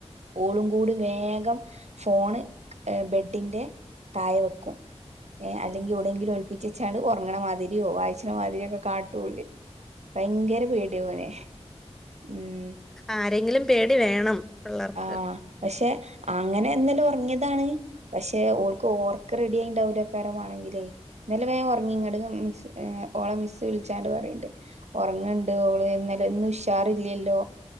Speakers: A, on the right; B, in the centre.
A: ഓളും കൂടെ വേഗം ഫോണ് ബെഡ് ട്ടിന്റെ തായ വെക്കും ഏ അല്ലെങ്കിൽ എവിടെയങ്കിലും ഒൽപ്പിച്ച വെച്ചാാണ് ഉറങ്ങണ മാതിരിയോ വായിച്ചണ മാതിരിയ ഒക്കെ കാട്ടൂഓല് ഭയങ്കര പേടിയാ ഓനെ ഉം
B: ആരെങ്കിലും പേടി വേണം പിള്ളേർക്ക്
A: ആ പക്ഷെ അങ്ങനെ എന്താലും ഉറങ്ങിയതാണ് പക്ഷെ ഓൾക്ക് ഓർക്ക റെഡി ആയിണ്ടാവൂല കാരമാണെങ്കിലേ ഇന്നലെ വേഗം ഉറങ്ങി ഇങ്ങട് മിസ്സ്‌ ഓളെ മിസ്സ് വിളിച്ചാണ്ട് പറയണ്ട് ഉറങ്ങണ്ട് ഓള് ഇന്ന് ഉഷാറില്ലല്ലോ